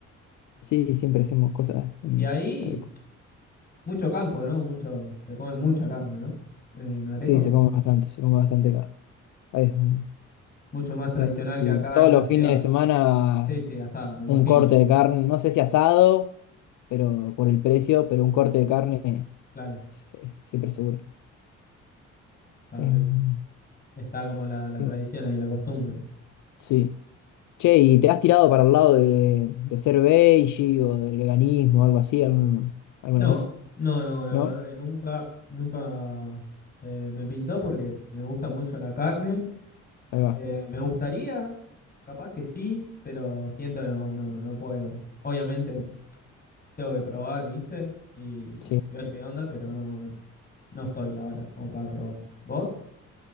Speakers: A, on the left; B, on the left.
A: sí, siempre hacemos cosas en
B: Y ahí,
A: Areco.
B: mucho campo, ¿no? Mucho, se come mucha carne, ¿no? En Areco.
A: Sí, se come bastante, se come bastante carne. Ahí es, mm,
B: Mucho más
A: o
B: tradicional
A: sea, t-
B: que acá
A: todos
B: en la
A: los
B: ciudad.
A: fines de semana
B: Sí, sí, asado, me imagino.
A: un corte de carne, no sé si asado, pero por el precio, pero un corte de carne
B: Claro,
A: es- es siempre seguro.
B: claro
A: Em,
B: que está como la, la
A: y
B: tradición
A: bueno,
B: y la costumbre.
A: sí. Che, ¿y te has tirado para el lado de, de ser veggie o del veganismo o algo así algún- alguna
B: No,
A: vez?
B: no, no, la
A: ¿No?
B: verdad que nunca, nunca eh, me pintó porque me gusta mucho la carne
A: Ahí va.
B: Eh, me gustaría, capaz que sí, pero siento que no, no, no puedo. Obviamente tengo que probar, ¿viste? Y,
A: Sí.
B: y ver qué onda, pero no, no, no estoy ahora como para probar. ¿Vos?